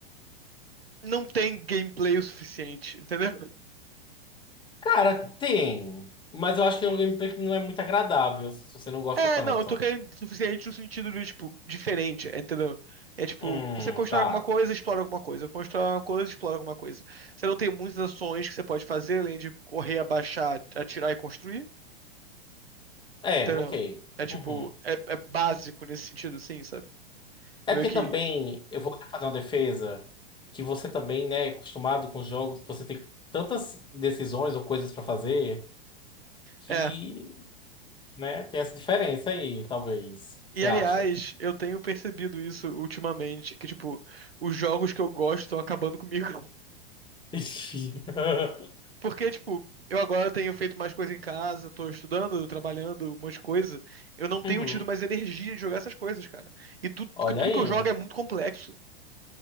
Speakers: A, on the right; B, on the left.
A: não tem gameplay o suficiente, entendeu?
B: Cara, tem. Mas eu acho que é um gameplay que não é muito agradável se você não gosta
A: É,
B: tanto.
A: não, eu tô querendo suficiente no sentido de, tipo, diferente, entendeu? É tipo,
B: Hum,
A: você constrói
B: tá.
A: alguma coisa, explora alguma coisa, constrói alguma coisa, explora alguma coisa. Você não tem muitas ações que você pode fazer além de correr, abaixar, atirar e construir,
B: É,
A: entendeu?
B: ok.
A: É tipo,
B: Uhum.
A: é, é básico nesse sentido, assim, sabe?
B: É
A: É
B: porque
A: meio que.
B: também eu vou fazer uma defesa que você também, né, é acostumado com jogos que você tem tantas decisões ou coisas pra fazer que.
A: É.
B: né? Tem essa diferença aí, talvez. Você
A: E aliás,
B: acha?
A: eu tenho percebido isso ultimamente, que, tipo, os jogos que eu gosto estão acabando comigo.
B: <laughs>
A: Porque, tipo, eu agora tenho feito mais coisa em casa, tô estudando, trabalhando, um monte de coisa. Eu não tenho
B: Uhum.
A: tido mais energia de jogar essas coisas, cara. E tudo,
B: Olha
A: porque tudo
B: aí.
A: que eu jogo é muito complexo.